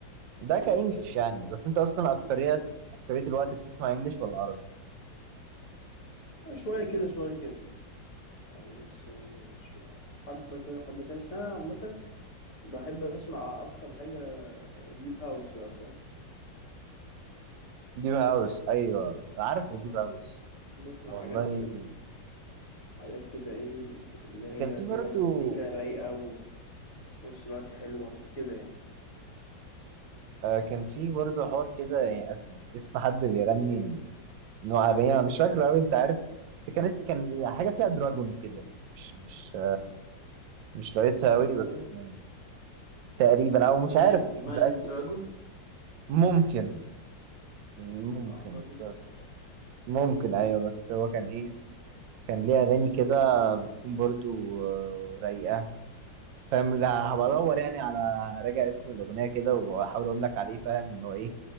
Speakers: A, on the right; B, on the left.
A: ده
B: مم.
A: كانجلش يعني بس انت اصلا اكثريات اكثريه الوقت بتسمع انجلش ولا عربي
B: شوية كده شوية كده يعني بس آه، شوية- حبة كده وحبة كده بس أنا عامة بحب أسمع أكتر حاجة ديب هاوس بقى فاهم
A: ديب هاوس ايوه عارف
B: مم،
A: ديب هاوس
B: بسمع
A: والله
B: حاجات حاجات كده ايه اللي هي
A: كان في
B: فيها
A: برضه
B: مزيكا رايقة وفي نفس الوقت حلوة وكده يعني
A: آه، كان في برضه حوار كده يعني اسم حد بيغني نوع اغاني انا مش فاكره قوي انت عارف بس كان اس- كان حاجه فيها دراجون كده مش مش مش لقيتها قوي
B: دراجون
A: بس تقريبا او مش
B: Imagine
A: عارف مش
B: Imagine
A: متاكد
B: Dragon
A: ممكن ممكن
B: أعتقد
A: بس ممكن ايوه بس هو كان ايه كان ليه اغاني كده تكون برضو آه، رايقه فاهم لا هبقى
B: مم.
A: ادور يعني على راجع اسم الاغنيه كده واحاول اقول لك عليه فاهم ان هو ايه